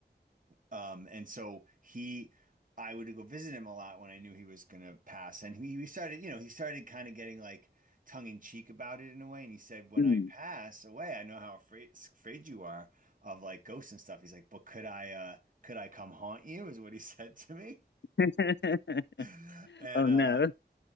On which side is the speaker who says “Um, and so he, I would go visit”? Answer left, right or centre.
Right